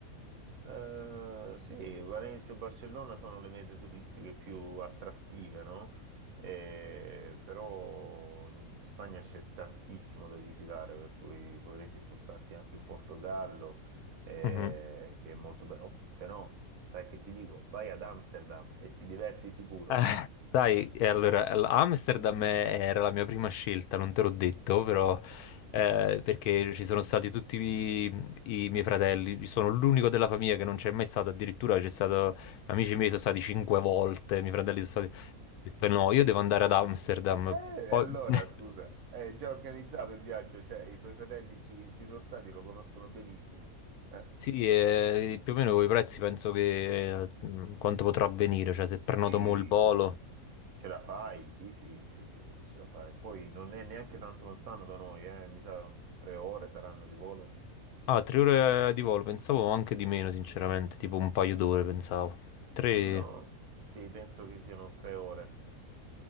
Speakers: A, on the right; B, on the left.
A: Eh, sì, Valencia e Barcellona sono le mete turistiche più attrattive, no? Eh, però in Spagna c'è tantissimo da visitare, per cui potresti spostarti anche in Portogallo, eh,
B: Mhm.
A: che è molto bello. Oh, se no, sai che ti dico, vai ad Amsterdam e ti diverti sicuro.
B: Eh, sai, e allora, l- Amsterdam è- era la mia prima scelta, non te l'ho detto, però, eh,
A: <laughs>
B: perché ci sono stati tutti i, i miei fratelli, Io sono l'unico della famiglia che non c'è mai stato, addirittura c'è stato, amici miei sono stati cinque volte, i miei fratelli sono stati... Ho detto, No, io devo andare ad Amsterdam,
A: Eh,
B: poi...
A: allora,
B: <laughs>
A: scusa, è già organizzato il viaggio, cioè i tuoi fratelli ci, ci sono stati, lo conoscono benissimo. Eh,
B: Sì, eh, più o meno con i prezzi penso che eh, mh, quanto potrà avvenire, cioè se
A: Sì,
B: prenoto mo il volo.
A: ce la fai, sì, sì, sì, sì, ce la fai. Poi non è neanche tanto lontano da noi, eh, mi sa tre ore saranno di volo.
B: Ah, tre ore di volo, pensavo anche di meno, sinceramente, tipo un paio d'ore pensavo. Tre...
A: No, sì, penso che siano tre ore.